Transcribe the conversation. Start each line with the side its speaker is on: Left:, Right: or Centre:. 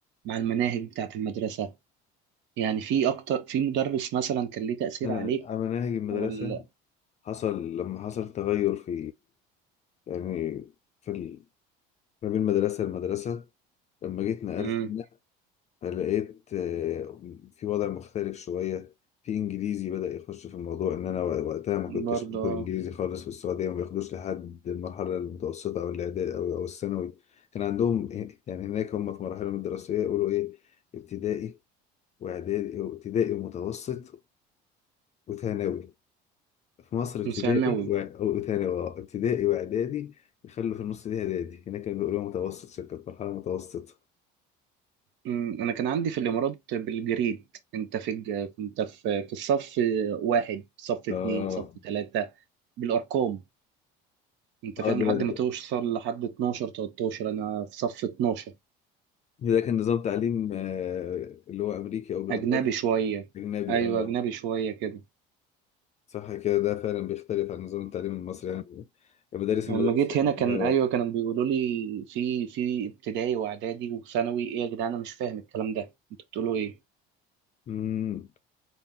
Right: مع المناهج بتاعة المدرسة يعني في أكتر في مدرس مثلا كان ليه تأثير
Left: أنا
Right: عليك
Left: على مناهج المدرسة
Right: ولا
Left: حصل لما حصل تغير في يعني في ال... ما بين مدرسة لمدرسة لما جيت نقلت
Right: امم
Left: فلقيت آه، في وضع مختلف شوية في إنجليزي بدأ يخش في الموضوع إن أنا وقتها ما كنتش
Right: برضه
Left: باخد إنجليزي خالص في السعودية ما بياخدوش لحد المرحلة المتوسطة أو الإعدادي أو أو الثانوي كان عندهم إيه- يعني هناك هم في مراحلهم الدراسية يقولوا إيه ابتدائي وإعدادي ابتدائي ومتوسط وثانوي في مصر ابتدائي
Right: آه. ثانوي
Left: وع- وثانوي آه، ابتدائي وإعدادي يخلوا في النص دي إعدادي هناك كانوا بيقولوا متوسط شكل مرحلة متوسطة
Right: أمم، انا كان عندي في الامارات بالجريد انت في الج- انت في في الصف واحد صف اتنين
Left: اه
Right: صف تلاتة بالارقام انت
Left: اه
Right: فاهم
Left: ده
Right: لحد ما توصل لحد 12 13 انا في صف 12
Left: ده كان نظام تعليم آه، اللي هو امريكي او بريطاني
Right: اجنبي شويه
Left: اجنبي
Right: ايوه
Left: اه
Right: اجنبي شويه كده
Left: صح كده ده فعلا بيختلف عن نظام التعليم المصري يعني المدارس
Right: لما
Left: المدرسيه
Right: جيت هنا كان
Left: لا واحد
Right: ايوه كانوا بيقولوا لي في في ابتدائي واعدادي وثانوي ايه يا جدعان انا مش فاهم الكلام ده انتوا بتقولوا ايه
Left: امم